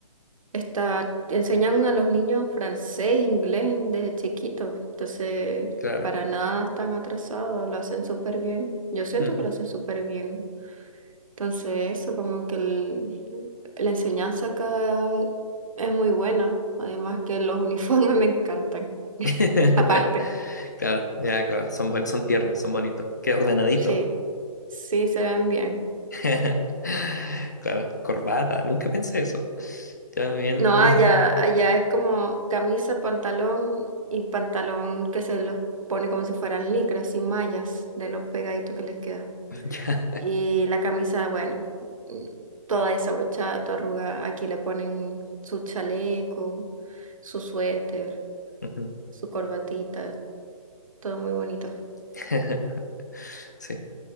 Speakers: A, on the right; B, on the left.
A: está, enseñan a los niños francés, inglés en- desde chiquitos, entonces
B: claro.
A: para nada están atrasados, lo hacen súper bien. Yo siento
B: Mm.
A: que lo hacen súper bien. Entonces, eso como que el- la enseñanza acá es muy buena. Además que los uniformes <laughs> me encantan.
B: <laughs>
A: Aparte,
B: Claro, ya, claro. Son, buen- son tiernos, son bonitos. Qué ordenaditos.
A: sí, sí se ven bien.
B: <laughs> Claro, corbata. Nunca pensé eso. Ya, bien,
A: No,
B: muy...
A: allá, allá es como camisa, pantalón y pantalón que se los pone como si fueran licras, sin mallas, de lo pegadito que les queda.
B: <laughs> ya.
A: Y la camisa, bueno, mm, toda desabrochada, toda arrugada. Aquí le ponen su chaleco, su suéter,
B: Ujú.
A: su corbatita. Todo muy bonito.
B: <laughs> Sí,